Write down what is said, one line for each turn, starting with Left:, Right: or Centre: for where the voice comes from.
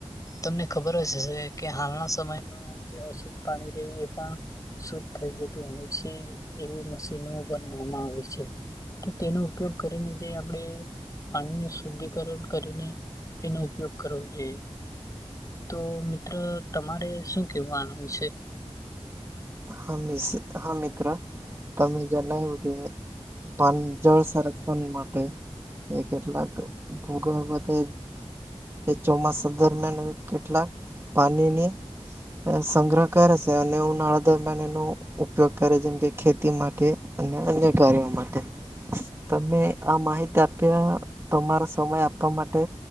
Left: તમને ખબર જ હશે કે હાલના સમયમાં જે અશુદ્ધ પાણી રે એ પણ શુદ્ધ થઈ જતું હોય છે એવી મશીનો બનાવામાં આવે છે તો તેનો ઉપયોગ કરીને જે આપણે પાણીનું શુદ્ધિકરણ કરીને એનો ઉપયોગ કરવો જોઈએ. તો મિત્ર તમારે શું કેવું આના વિશે
Right: હા મ હા મિત્ર તમે જનાવો કે પણ જળ સંરક્ષણ માટે એ કેટલાક ભૂગર્ભતે એ ચોમાસા દરમિયાન કેટલાક પાણીની સંગ્રહ કરે છે અને ઉનાળા દરમિયાન એનો ઉપયોગ કરે જેમ કે ખેતી માટે અને અન્ય કાર્યો માટે તમે આ માહિતી આપ્યા તમારો સમય આપવા માટે